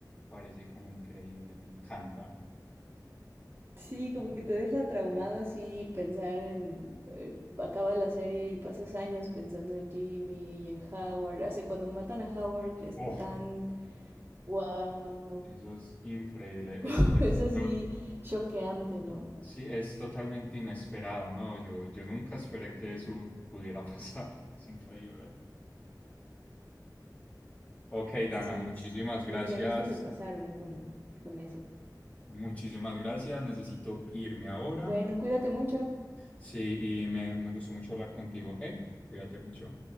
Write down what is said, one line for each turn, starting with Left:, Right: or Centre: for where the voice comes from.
Left: parece como increíble, me encanta.
Right: Sí, como que te deja traumado así pensar en... eh, acaba la serie y pasas años pensando en Jimmy y en Howard. O sea, cuando matan a Howard es
Left: Oh,
Right: tan... ¡Wow!
Left: eso es increíble,
Right: <laughs>
Left: es, es-
Right: Es así
Left: no,
Right: choqueante, ¿no?
Left: sí, es totalmente inesperado, ¿no? Yo, yo nunca esperé que eso pudiera <laughs> pasar, es increíble. Ok, Dana,
Right: Sí,
Left: muchísimas gracias.
Right: los guionistas se pasaron con, con eso.
Left: Muchísimas gracias. Necesito irme ahora.
Right: Bueno, cuídate mucho.
Left: Sí, y me, me gustó mucho hablar contigo, ¿ok? Cuídate mucho.